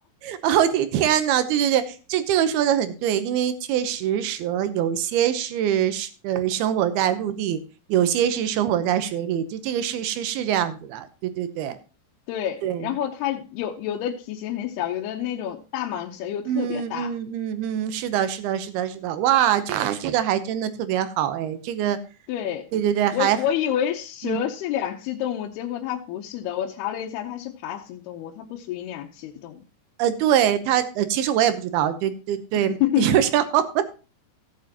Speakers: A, on the right; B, on the left.
A: 哦，天天呐，对对对，这这个说的很对，因为确实蛇有些是是呃生活在陆地，有些是生活在水里，这这个是是是这样子的，对对对
B: 对，
A: 对，
B: 然后它有有的体型很小，有的那种大蟒蛇又特别大，
A: 嗯嗯嗯嗯，是的，是的，是的，是的，哇，这个这个还真的特别好哎，这个，
B: 对，
A: 对对对，
B: 我我以为蛇是两栖动物，
A: 还嗯
B: 结果它不是的，我查了一下，它是爬行动物，它不属于两栖动物，
A: 呃，对它呃，其实我也不知道，对对对，
B: <laughs>
A: <laughs> 有时候